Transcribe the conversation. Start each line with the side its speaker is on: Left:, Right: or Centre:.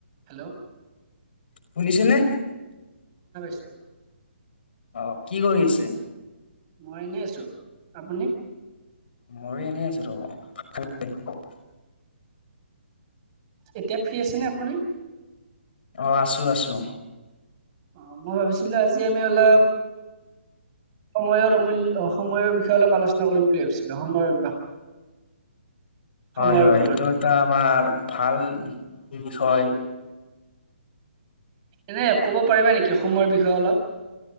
Right: হেল্ল'।
Left: শুনিছেনে?
Right: <inaudible>
Left: অ' কি কৰি আছে?
Right: মই এনেই আছো, আপুনি?
Left: ময়ো এনে আছো ৰ, <unintelligible>
Right: এতিয়া ফ্ৰী আছেনে আপুনি?
Left: অ' আছো আছো।
Right: অ' মই ভাবিছিলো আজি আমি অলপ। সময়ৰ অমূল্য সময়ৰ বিষয়ে অলপ আলোচনা কৰিম বুলি ভাবিছিলো সময়ৰ। সময়ৰ
Left: হয় হয়।
Right: ওপৰত
Left: এইটো এটা আমাৰ ভাল বিষয়।
Right: এনে ক'ব পাৰিবা নেকি? অসময়ৰ বিষয়ে অলপ।